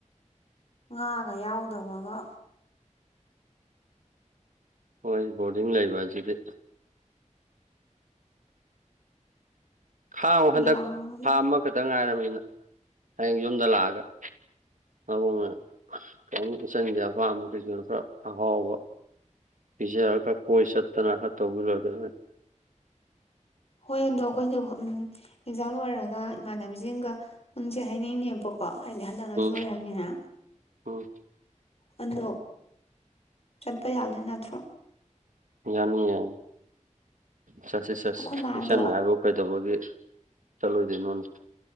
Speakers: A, on the left; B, on the right.
A: ꯉꯥꯒ ꯌꯥꯎꯗꯕꯒ
B: ꯍꯣꯏ ꯕꯣꯔꯗꯤꯡ ꯂꯩꯕ ꯑꯁꯤꯗꯤ ꯈꯥꯡꯉꯣ
A: ꯌꯥꯗꯦ
B: ꯍꯟꯗꯛ ꯊꯥ ꯑꯃꯈꯠꯇ ꯉꯥꯏꯔꯕꯅꯤ ꯅ ꯍꯌꯦꯡ ꯌꯨꯝꯗ ꯂꯥꯛꯑꯒ ꯃꯕꯨꯡꯅ ꯑꯁ ꯀꯩꯝ ꯏꯆꯟꯒꯤ ꯑꯄꯥꯝꯕꯖꯤꯡꯒꯤꯗꯃꯛꯇ ꯑꯍꯥꯎꯕ ꯄꯤꯖꯔꯒ ꯈꯔ ꯀꯣꯢ ꯆꯠꯇꯅ ꯈꯔ ꯇꯧꯔꯂꯣꯏꯔꯦ ꯀꯩꯅꯣ
A: ꯍꯣꯏ ꯑꯗꯣ ꯑꯩꯈꯣꯏꯖꯦ ꯎꯝ ꯑꯦꯛꯖꯥꯝ ꯂꯣꯏꯔꯒ ꯏꯃꯥꯟꯅꯕꯤꯖꯤꯡꯒ ꯄꯨꯟꯁꯦ ꯍꯥꯏꯅꯩꯅꯦꯕꯀꯣ ꯍꯗꯤ ꯍꯟꯗꯛꯅꯁꯨ
B: ꯎꯝ
A: ꯂꯣꯏꯔꯕꯅꯤꯅ
B: ꯎꯝ
A: ꯑꯗꯣ ꯆꯠꯄ ꯌꯥꯗꯣꯏ ꯅꯠꯇ꯭ꯔꯣ
B: ꯌꯥꯅꯤ ꯌꯥꯅꯤ ꯆꯠꯁꯦ ꯆꯠꯁꯦ
A: ꯑꯩꯈꯣꯏ ꯃꯥꯗꯣ
B: ꯏꯆꯟꯅ
A: ꯑꯩꯈꯣꯏ
B: ꯍꯥꯏꯕꯕꯨ ꯀꯩꯗꯧꯕꯒꯤ ꯆꯠꯂꯣꯏꯗꯨꯏꯅꯣꯅꯦ